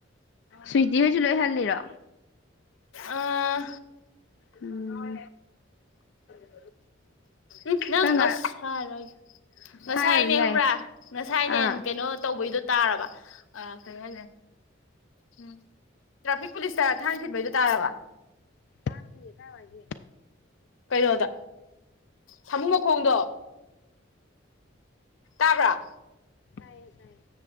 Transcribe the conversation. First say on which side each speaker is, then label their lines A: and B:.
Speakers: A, on the left (about 60°); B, on the left (about 80°).
A: ꯁ꯭ꯋꯤꯇꯤ ꯍꯣꯢꯁꯨ ꯂꯣꯏ ꯍꯜꯂꯤꯔꯣ
B: ꯑꯥ
A: ꯎꯝ <inaudible>
B: ꯎ ꯅꯪ
A: ꯀꯔꯝꯀꯥꯟ
B: ꯑꯁ ꯍꯥꯏꯔꯔꯣꯏꯒꯦ ꯉꯁꯥꯏꯅꯦ
A: ꯍꯥꯏꯌꯣ ꯑꯗꯨꯝ ꯌꯥꯏꯌꯦ
B: ꯈꯪꯕ꯭ꯔꯥ ꯉꯁꯥꯏꯅꯦ
A: ꯑꯥ
B: ꯀꯩꯅꯣ ꯇꯧꯕꯩꯗꯣ ꯇꯥꯔꯕ ꯑ ꯀꯩ ꯍꯥꯏꯒ꯭ꯔꯦ ꯎꯝ ꯇ꯭ꯔꯥꯐꯤꯛ ꯄꯨꯂꯤꯁꯇ ꯊꯥꯡꯅ ꯊꯤꯟꯕꯩꯗꯨ ꯇꯥꯔꯕ
A: ꯇꯥꯗꯦꯌꯦ ꯀꯋꯥꯏꯒꯤ
B: ꯀꯩꯅꯣꯗ ꯁꯥꯃꯨꯨ ꯃꯈꯣꯡꯗꯣ ꯇꯥꯕ꯭ꯔꯥ
A: ꯇꯥꯏꯌꯦ ꯇꯥꯏꯌꯦ